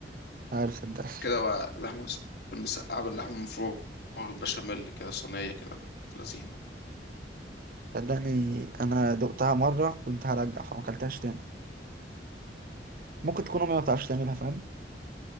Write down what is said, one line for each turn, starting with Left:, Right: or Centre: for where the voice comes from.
Right: عارف صدقني
Left: كده بقى لحمة مس- المسقعة باللحمة المفرومة والبشاميل كده صينية كده لذينة
Right: صدقني انا دقتها مره كنت هرجع فما اكلتهاش تاني ممكن تكون امي ما بتعرفش تعملها فاهم